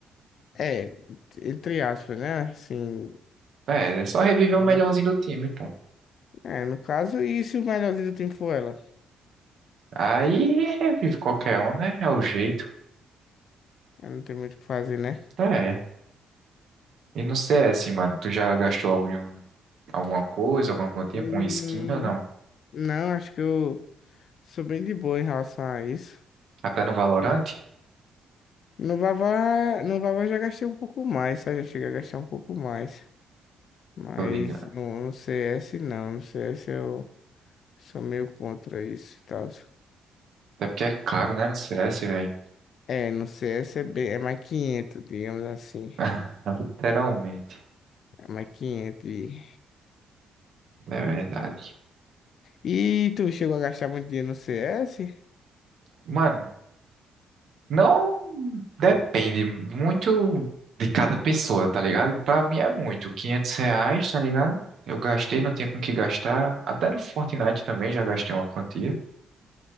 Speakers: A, on the left (about 65°); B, on the right (about 65°).
A: É, entre aspas, né? Assim,
B: É, é só reviver o
A: né?
B: melhorzinho do time, pô.
A: É, no caso, e se o melhorzinho do time for ela?
B: Aí revive qualquer um, né? É o jeito.
A: Aí Não tem muito o que fazer, né?
B: É. é. E no C S mano, tu já gastou algum, alguma coisa, alguma continha
A: Hum,
B: com skin ou não?
A: não, acho que eu sou bem de boa em relação a isso.
B: Até no Valorant?
A: No Vavá, no Vavá eu já gastei um pouco mais, sabe? Eu cheguei a gastar um pouco mais. Mas
B: Tô ligado.
A: no, no CS não, no CS eu sou meio contra isso e tal.
B: Até porque é caro, né? No C S velho.
A: É, no CS é, bem, é mais 500, digamos assim.
B: <laughs> Literalmente.
A: É mais 500. E,
B: É verdade.
A: e tu chegou a gastar muito dinheiro no CS?
B: Mano, não. Depende muito de cada pessoa, tá ligado? Pra mim é muito. 500 reais, tá ligado? Eu gastei, não tinha com o que gastar. Até no Fortnite também já gastei uma quantia.